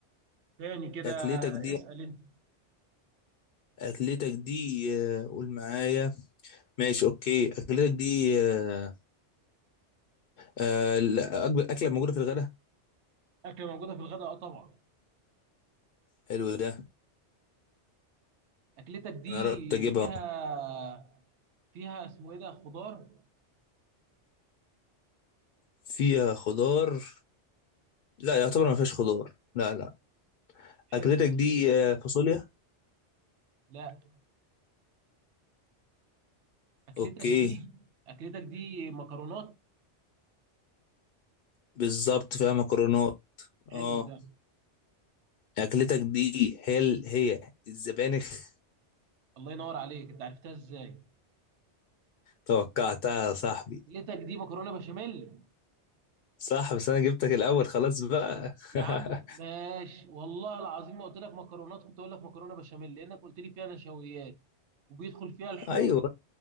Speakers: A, on the right; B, on the left.
A: تاني كده
B: أكلتك دي
A: اسأل انت
B: أكلتك دي آه، قول معايا ماشي أوكي أكلتك دي آه، آه، الأكبر أكلة موجودة في الغداء
A: اكله موجوده في الغداء اه طبعا
B: حلو ده
A: اكلتك دي
B: انا قربت اجيبها
A: فيها فيها اسمه ايه ده خضار
B: فيها خضار لا يعتبر ما فيهاش خضار لا لا
A: حلو
B: اكلتك
A: ده
B: دي آه، فاصوليا
A: لا اكلتك
B: اوكي
A: دي اكلتك دي مكرونات
B: بالظبط فيها مكرونات
A: حلو
B: اه
A: ده
B: اكلتك دي هي ال- هي الزبانخ
A: الله ينور عليك انت عرفتها ازاي
B: توقعتها يا صاحبي
A: اكلتك دي مكرونه بشاميل
B: صح بس انا جبتك الاول خلاص بقى
A: يا
B: <laughs>
A: عم ماشي والله العظيم ما قلت لك مكرونات كنت اقول لك مكرونه بشاميل لانك قلت لي فيها نشويات وبيدخل فيها لحوم
B: ايوه